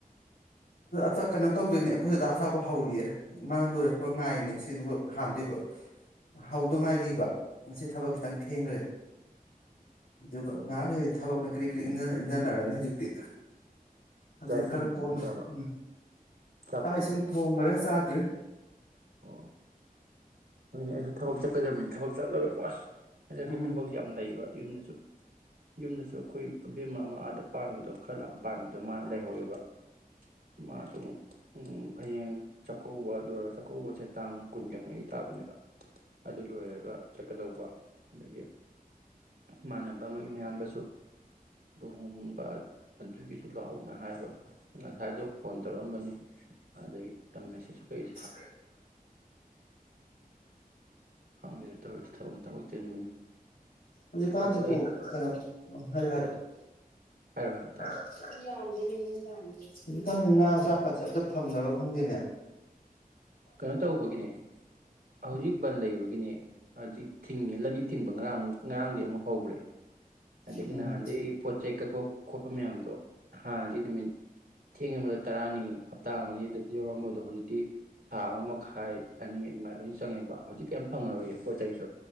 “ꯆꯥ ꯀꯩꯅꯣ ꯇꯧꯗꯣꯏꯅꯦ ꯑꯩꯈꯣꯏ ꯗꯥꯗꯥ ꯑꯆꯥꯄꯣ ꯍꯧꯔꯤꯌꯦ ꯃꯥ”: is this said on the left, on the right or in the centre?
Left